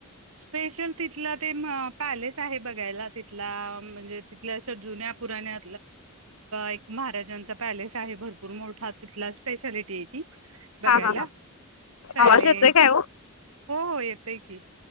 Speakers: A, on the right (about 70°); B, on the left (about 75°).
A: स्पेशल तिथला ते पॅलेस आहे बघायला तिथला म्हणजे तिथल्या अश जुन्या पुराण्या एक महाराजां तिथं पॅलेस आहे भरपूर मोठा तिथला स्पेशालिटी ये ती. बघायला
B: हा हा हा
A: पॅलेस
B: आवाज येतोय काय हो
A: हो येतोय की.